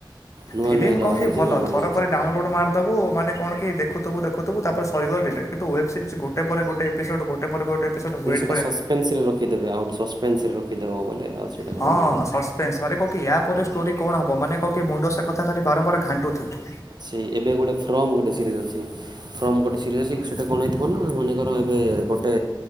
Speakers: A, on the right; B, on the left.
A: ନୂଆ
B: ଫିଲ୍ମ
A: ନୂଆ ଏକା
B: କଣ
A: ବାହାରିଛି
B: କି ଭଲ
A: ଏବେ ବଢ଼ିଆ
B: ଥରକରେ
A: ଅଛି
B: ଡାଉନଲୋଡ଼୍ ମାରିଦେବୁ ମାନେ କଣ କି ଦେ ଦେଖୁଥୁବୁ ଦେଖୁିଥୁବୁ ତାପରେ ସରିବ ଡିଲେଟ। କିନ୍ତୁ ୱେବ ସରିଜ୍ ଗଟେ ପରେ ଗୋଟ ଏପିସୋଡ ଗେ ଗୋଟେ ପରେ ଗୋଟେ ଏପିସୋଡ ୱେଟ
A: ସପେନ୍ସରେ ରଖିଦେବେ ଆଉ ଗଟେ ସସ୍ପେନ୍ସରେ କେ ଦେ ବୋଲେ ଆଉ ସେଇଟା
B: ହଁ
A: ପାଇଁ ଗୋଟେ ଆଉ
B: ସସ୍ପେନ୍ସେ ମାନେ କଣ କି ୟା ପରେ ଷ୍ଟୋରି କଣ ହେବ ମାନେ କହ କି ମୁଣ୍ଡ ସେ କଥା ଖାଲି ବାରମ୍ବାର ଘାଣ୍ଟୁଥିବ।
A: ସେଇ ଏବେ ଗୋଟେ ଫ୍ରମ ଗୋଟେ ସିରିଜ ଅଛି। ଫ୍ରମ ଗୋଟେ ସିରିଜ ଅଛି। ସେଟା କଣ ହେଇଥିବ ନା ମନେକର ଏବେ ଗୋଟେ